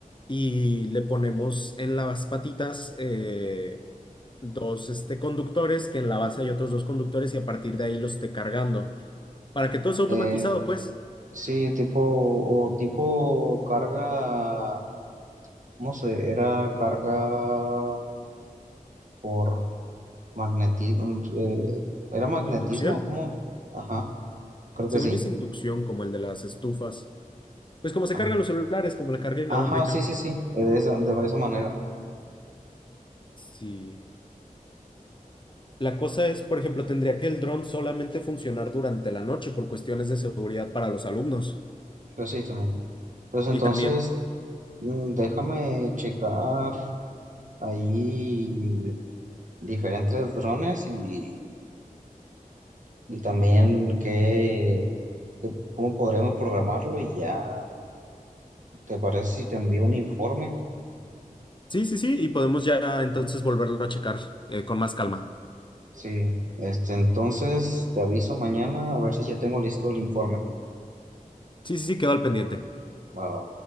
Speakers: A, on the left; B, on the right.
A: y le ponemos en las patitas eh, dos este, conductores, que en la base hay otros dos conductores y a partir de ahí los esté cargando. Para que todo sea
B: Eh,
A: automatizado, pues,
B: sí, tipo, o tipo carga, no sé, era carga por magnetismo, era magnetismo,
A: inducción.
B: ¿cómo? Ajá, creo
A: Según
B: que sí.
A: yo es inducción, como el de las estufas. Pues como se
B: Ah,
A: cargan los celulares, como la carga inalámbrica.
B: Ajá, sí, sí, sí, eh, de esa, de esa manera.
A: Sí. La cosa es, por ejemplo, tendría que el dron solamente funcionar durante la noche por cuestiones de seguridad para los alumnos.
B: Pero sí, también. Pues entonces,
A: Y también
B: mm, déjame checar ahí. diferentes drones y, y también qué, qué- cómo podremos programarlo y ya, ¿te parece si te envío un informe?
A: Sí, sí, sí, y podemos ya entonces volverlo a checar eh, con más calma.
B: Sí, este, entonces te aviso mañana a ver si ya tengo listo el informe.
A: Sí, sí, sí, quedó al pendiente.
B: Va. va.